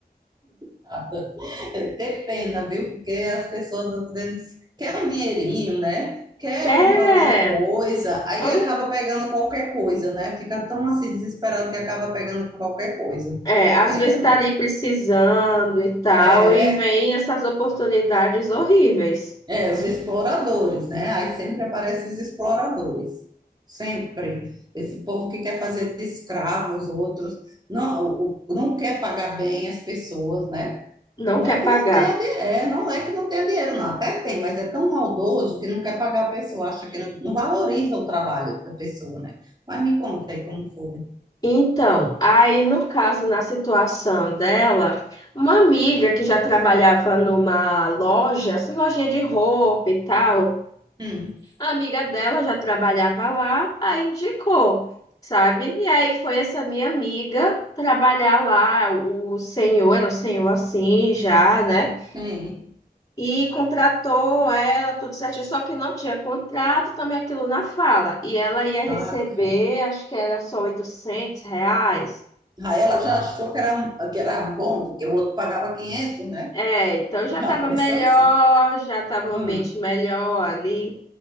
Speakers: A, on the right; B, on the left.
A: coitada. É ter pena, viu? Porque as pessoas às vezes querem um dinheirinho, né? Quer
B: Que é,
A: comprar alguma coisa, aí
B: hum,
A: acaba pegando qualquer coisa, né? Fica tão assim desesperado que acaba pegando qualquer coisa.
B: é, às
A: Aí
B: vezes
A: dá.
B: está ali precisando e tal,
A: É,
B: e
A: é,
B: vem essas oportunidades horríveis.
A: é, os exploradores, né? Aí sempre aparecem os exploradores. Sempre. Esse povo que quer fazer de escravo os outros, não, o- o- não quer pagar bem as pessoas, né?
B: Não
A: E não
B: quer
A: é que
B: pagar.
A: não tenha dinheiro, é, não é que não tenha dinheiro, não, até tem, mas é tão maldoso que não quer pagar a pessoa, acha que não, não valoriza o trabalho da pessoa, né? Mas me conta aí como foi.
B: Então, aí no caso, na situação dela, uma amiga que já trabalhava numa loja, assim, lojinha de roupa e tal,
A: Hum,
B: a amiga dela já trabalhava lá, aí indicou, sabe? E aí foi essa minha amiga trabalhar lá, o senhor, era um senhor assim já, né?
A: sim.
B: E contratou ela, tudo certinho, só que não tinha contrato, também aquilo na fala. E ela ia receber,
A: Aff.
B: acho que era só 800 reais
A: Aí ela já achou que era, um, que era bom, porque o outro pagava 500, né?
B: É, então já
A: Já
B: estava
A: pensou
B: melhor,
A: assim?
B: já estava um
A: Hum.
B: ambiente melhor ali.